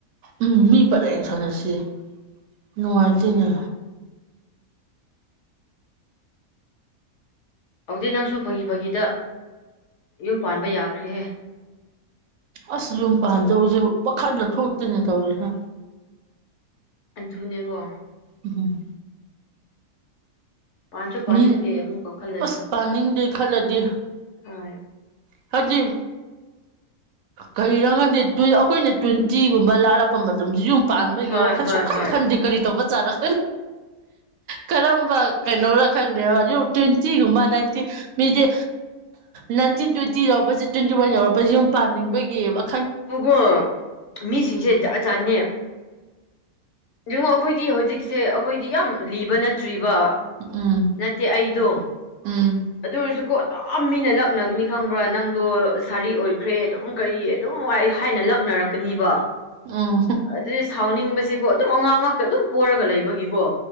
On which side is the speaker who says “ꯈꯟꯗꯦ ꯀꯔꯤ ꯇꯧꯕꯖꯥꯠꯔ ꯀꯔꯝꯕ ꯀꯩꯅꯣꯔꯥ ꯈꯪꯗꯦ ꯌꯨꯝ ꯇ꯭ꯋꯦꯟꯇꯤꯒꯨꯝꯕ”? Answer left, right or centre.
Right